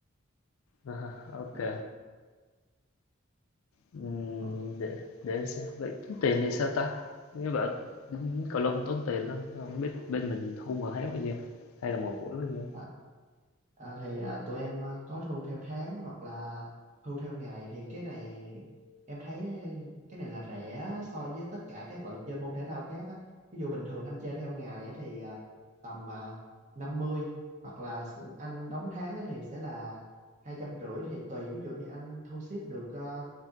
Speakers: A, on the left; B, on the right.
A: À OK,
B: bình thường
A: ừm,
B: Ờ.
A: để để anh xem, vậy tốn tiền thì sao ta? Nghe bảo, cầu lông tốn tiền lắm, không biết bên mình thu một tháng bao nhiêu, hay là một buổi bao nhiêu?
B: À, à, thì à, tụi em à, có thu theo tháng hoặc là thu theo ngày thì cái này em thấy cái này là rẻ so với tất cả các loại chơi môn thể thao khác á. Ví dụ bình thường anh chơi theo ngày á, thì à, tầm à, năm mươi hoặc là s- anh đóng tháng á, thì sẽ là hai trăm rưỡi thì tùy ví dụ như anh thu xếp được à,